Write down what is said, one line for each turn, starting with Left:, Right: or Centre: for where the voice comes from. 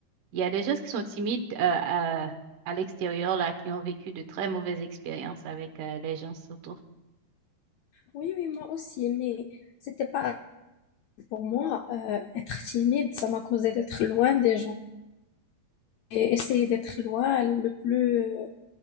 Right: il y a des gens qui sont timides euh, à, à l'extérieur, là, qui ont vécu de très mauvaises expériences avec euh, les gens autour.
Left: oui, oui, oui, moi aussi, mais c'était pas pour moi euh, être timide, ça m'a causé d'être loin des gens et essayer d'être loin le plus, euh,